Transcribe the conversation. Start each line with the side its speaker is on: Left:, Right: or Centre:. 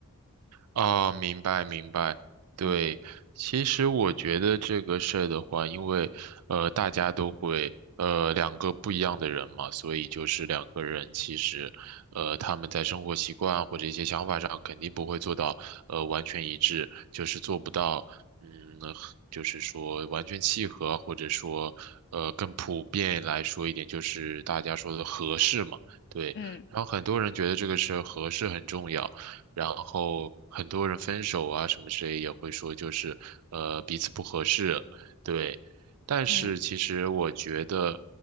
Right: 啊，明白明白。对，
Left: 嗯
Right: 其实我觉得这个事儿的话，因为呃，大家都会呃两个不一样的人嘛，所以就是两个人其实呃他们在生活习惯或者一些想法上肯定不会做到呃完全一致，就是做不到嗯，就是说完全契合，或者说呃更普遍来说一点，就是大家说的合适嘛。对，
Left: 嗯
Right: 然后很多人觉得这个事儿合适很重要。然后很多人分手啊什么之类也会说就是呃彼此不合适，对。但是其实我觉得，
Left: 嗯